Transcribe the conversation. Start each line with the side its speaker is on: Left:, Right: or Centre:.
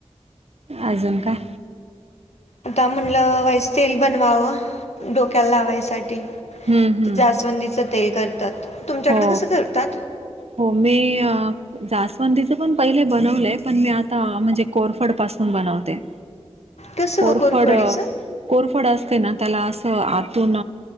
Right: अजून का
Left: आता म्हटलं वाईस तेल बनवावं डोक्याला लावायसाठी
Right: हम्म हम्म
Left: ते जास्वंदीचं तेल करतात तुमच्याकडे
Right: हो
Left: कसं करतात
Right: हो मी अ जास्वंदीचं पण पहिले बनवलंय पण मी आता म्हणजे कोरफड पासून बनवते.
Left: कसं
Right: कोरफड
Left: व कोरपडीचं
Right: कोरफड असते ना त्याला अस आतून